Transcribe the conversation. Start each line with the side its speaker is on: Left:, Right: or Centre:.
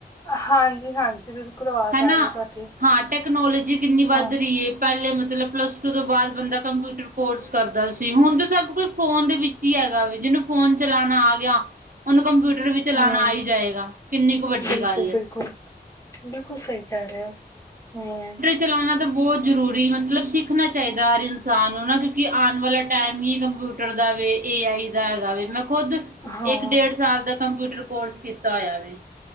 Left: ਹਾਂਜੀ-ਹਾਂਜੀ ਬਿਲਕੁਲ, ਅਵਾਜ਼
Right: ਹਨਾ।
Left: ਆ ਰਹੀ ਐ ਤੁਹਾਡੀ।
Right: ਹਾਂ ਟੈਕਨੋਲੋਜੀ ਕਿੰਨੀ
Left: ਹਾਂ-ਹਾਂ।
Right: ਵੱਧ ਰਹੀ ਏ, ਪਹਿਲੇ ਮਤਲਬ ਪਲੱਸ ਟੂ ਤੋਂ ਬਾਅਦ ਬੰਦਾ ਕੰਪਿਊਟਰ ਕੋਰਸ ਕਰਦਾ ਸੀ ਹੁਣ ਤਾਂ ਸਭ ਕੁਛ ਫੋਨ ਦੇ ਵਿੱਚ ਈ ਹੈਗਾ ਵੇ, ਜਿਹਨੂੰ ਫੋਨ ਚਲਾਣਾ ਆਗਿਆ ਉਹਨੂੰ ਕੰਪਿਊਟਰ ਵੀ ਚਲਾਣਾ
Left: ਹੂੰ
Right: ਆਈ ਜਾਏਗਾ, ਕਿੰਨੀ ਕੁ ਵੱਡੀ
Left: ਬਿਲਕੁਲ-ਬਿਲਕੁਲ
Right: ਗੱਲ ਐ।
Left: ਬਿਲਕੁਲ ਸਹੀ ਕੈ‌ ਰਏ ਓ, ਹੂੰ।
Right: ਚਲੌਣਾ ਤਾਂ ਬੌਤ ਜ਼ਰੂਰੀ, ਮਤਲਬ ਸਿੱਖਣਾ ਚਾਈਦਾ ਹਰ ਇਨਸਾਨ ਨੂੰ ਨਾ ਕਿਉ ਕਿ ਆਣ ਵਾਲਾ ਟਾਈਮ‌ ਈ ਕੰਪਿਊਟਰ ਦਾ ਵੇ, ਏਆਈ ਦਾ ਹੈਗਾ ਵੇ, ਮੈਂ ਖੁਦ
Left: ਹਾਂ,
Right: ਇੱਕ ਡੇਢ ਸਾਲ ਦਾ ਕੰਪਿਊਟਰ ਕੋਰਸ ਕੀਤਾ ਹੋਇਆ ਵੇ।